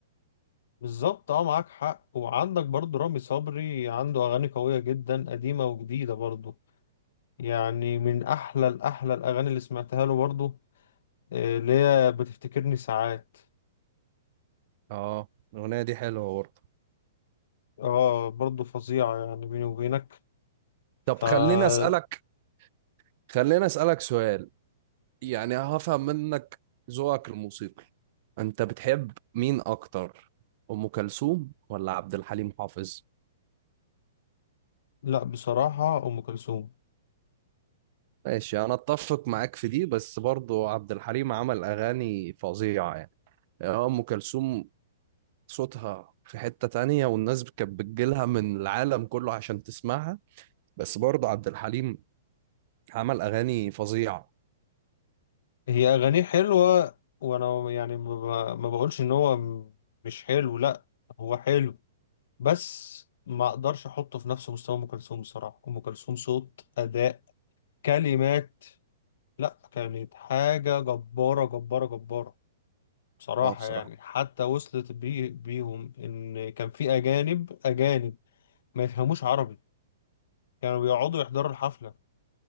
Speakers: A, on the left; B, on the right.
A: بالظبط اه معاك حق وعندك برضو رامي صبري عنده اغاني قوية جدا قديمة وجديدة برضو يعني من احلى الاحلى الاغاني اللي سمعتها له برضو آه، اللي هي بتفتكرني ساعات
B: اه الاغنيه دي حلوه برضه
A: اه برضو فظيعة يعني بيني وبينك فلا
B: طب خليني اسالك خليني اسالك سؤال يعني هفهم منك ذوقك الموسيقي انت بتحب مين اكتر ام كلثوم ولا عبد الحليم حافظ
A: بصراحة ام كلثوم
B: ماشي انا اتفق معاك في دي بس برضو عبد الحليم عمل اغاني فظيعة يعني آه، ام كلثوم صوتها في حتة تانية والناس كانت بتجيلها من العالم كله عشان تسمعها بس برضو عبد الحليم عمل اغاني فظيعة
A: هي أغانيه حلوة وأنا يعني ما ب- ما بقولش إن هو م- مش حلو لأ هو حلو بس ما أقدرش أحطه في نفس مستوى أم كلثوم بصراحة أم كلثوم صوت أداء كلمات لأ كانت حاجة جبارة جبارة جبارة بصراحة
B: اه بصراحة
A: يعني حتى وصلت بي بيهم إن كان في أجانب أجانب ما يفهموش عربي كانوا بيقعدوا يحضروا الحفلة